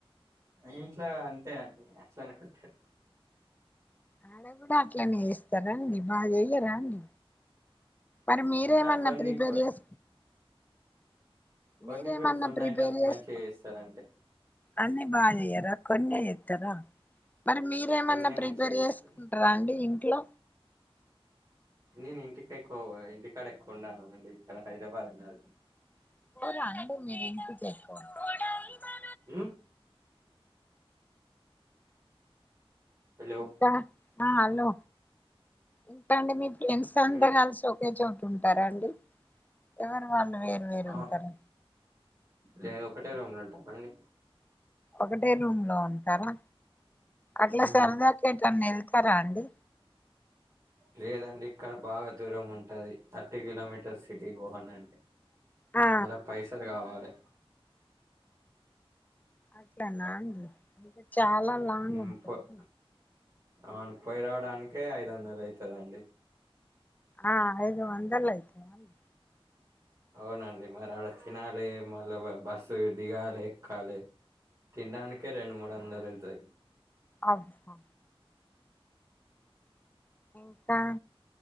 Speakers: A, on the right; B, on the left.
A: ఇంట్లో అంతే అండి అట్లే అనుకుంటారు
B: ఆడ కూడా అట్లనే చేస్తారా అండి బాగా చెయ్యరా అండి మరి మీరేమన్నా
A: ఇంట్లో కొన్ని
B: ప్రిపేర్
A: కొ
B: చేస్
A: కొన్ని
B: మీరేమన్నా
A: వి- కొన్ని
B: ప్రిపేర్
A: ఐటమ్స్
B: చేస్
A: మంచిగా చేస్తారంటే
B: అన్ని బా చేయరా కొన్నే చేత్తర మరి మీరేమన్నా
A: కొన్ని
B: ప్రిపేర్
A: మంచిగా చేస్తారు
B: చేసుకుంటారా అండి ఇంట్లో
A: నేను ఇంటికి ఎక్కువ ఇంటికాడ ఎక్కువ ఉండను కదండీ ఇక్కడ హైదరాబాద్ <unintelligible>
B: <inaudible>
A: మ్మ్ హలో
B: దా హలో <unintelligible> మీ ఫ్రెండ్స్ అంతా
A: ఉమ్,
B: కలిసి ఒకే చోటు ఉంటారా అండి ఎవరు వాళ్ళు వేరు వేరు
A: ఆ
B: ఉంటారా
A: లేదు ఒకటే రూమ్ లో ఉంటాం అండి
B: ఒకటే రూమ్ లో ఉంటారా అట్లా
A: ఉమ్,
B: సరదాగా ఎటైనా వెళ్తారా అండి
A: లేదండి ఇక్కడ బాగా దూరం ఉంటది థర్టీ కిలోమీటర్స్ సిటీ పోవాలి అండి
B: ఆ
A: మళ్ళ పైసలు కావాలి
B: అదేనా అండి చాలా లాంగ్
A: ఉమ్,
B: ఉంటారు
A: పో- అవును పోయి రావడానికే ఐదు వందలు అయితుందండి
B: ఆ ఐదు వందలు అయితుంది
A: అవునండి మరి అడ తినాలి మళ్ళీ బస్సు దిగాలి, ఎక్కాలి తినడానికే రెండు, మూడు వందలు వెళ్తాయి
B: అబ్బో ఇంకా